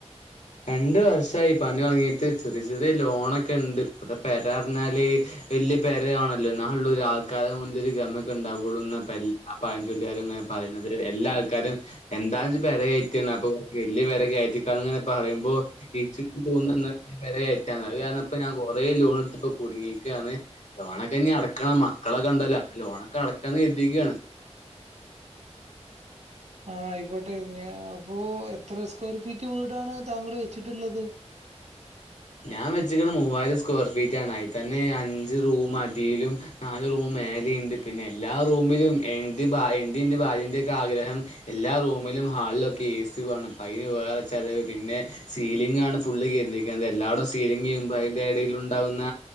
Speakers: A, on the left; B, on the right.
A: രണ്ട് വർഷായി പനി തൊട്‌ങ്ങിട്ട് ചെറിയ ചെറിയ ലോണൊക്കെ ണ്ട് ഇപ്പത്തെ പെര പറിഞ്ഞാല് വലിയ പേരയാണല്ലോ ന്നാ ഉള്ളൂ ആൾക്കാരെ മുന്നിലൊരു ഗമൊക്കെ ഉണ്ടാവൊളുന്ന പെ ആ പയഞ്ചൊല്ലിയാലും ഇങ്ങനെ പറയുന്നത് എല്ലാ ആൾക്കാരും എന്താ ഇജ് പെര കെയറ്റിണ് അപ്പൊ വല്യ പെര കെ എഴ്തിക്കാണിങ്ങനെ പറയുമ്പോ <unintelligible> പെര കയറ്റാന് അത് കാരണപ്പോ ഞാൻ കൊറെേ ലോൺ എടുത്തപ്പോ കുടുങ്ങി ക്കാണ് ലോണൊക്കെ ഇനി അടക്കണം മക്കളെക്കെ ഇണ്ടല്ലോ ലോണൊക്കെ അടക്കാന്ന് കര്തിക്കാണ്
B: ആ ആയിക്കോട്ടെ ഇനി അപ്പൊ എത്ര സ്ക്വയർ ഫീറ്റ് വീടാണ് താങ്കൾ വെച്ചിട്ടുള്ളത്?
A: ഞാൻ വെച്ചക്കുണ മൂവായിരം സ്ക്വയർ ഫീറ്റ് ആണ് ആയി തന്നെ അഞ്ച് റൂം അടിയിലും നാല് റൂമും മേലെ ണ്ട് പിന്നെ എല്ലാ റൂമിലും എന്ത്‌ ഭാ എന്റെ ഭാര്യന്റെക്കെ ആഗ്രഹം എല്ലാ റൂമിലും ഹാ ക്കെ എ സി വാണം അയിന് വേറെ ചെലവ് പിന്നെ സീലിങ്ങാണ് ഫുള്ള് കര്തിക്ക എല്ലാടം സീലിംങും അയിന്റെ ഇടേല് ഉണ്ടാവുന്ന